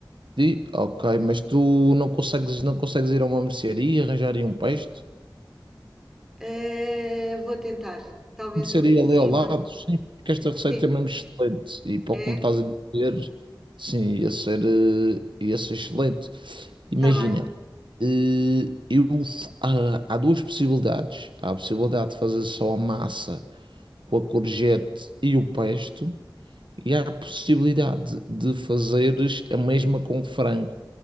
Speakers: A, on the right; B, in the centre.
A: di- ok, mas tu não consegues, não consegues ir a uma mercearia e arranjar aí um pesto?
B: Eh, vou tentar, talvez
A: Começaria
B: ali em
A: ali
B: cima.
A: ao lado, sim, porque esta receita
B: Sim,
A: é mesmo excelente. E para
B: é,
A: o que me estás a dizer, sim, ia ser, eh, ia ser excelente. Imagina,
B: Tá bem.
A: eh, eu, f- há, há duas possibilidades. Há a possibilidade de fazer só a massa com a courgette e o pesto, e há a possibilidade de fazeres a mesma com frango.